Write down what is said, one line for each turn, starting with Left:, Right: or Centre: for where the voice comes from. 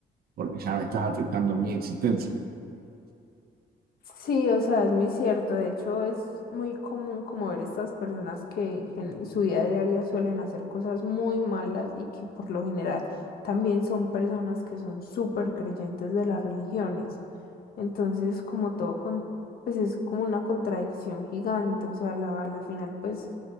Right: porque ya me estás afectando mi existencia.
Left: Sí, o sea, es muy cierto. De hecho, es muy común como ver estas personas que en su vida diaria suelen hacer cosas muy malas y que por lo general también son personas que son súper creyentes de las religiones. Entonces, como todo, con, pues es como una contradicción gigante. O sea, la, la final, pues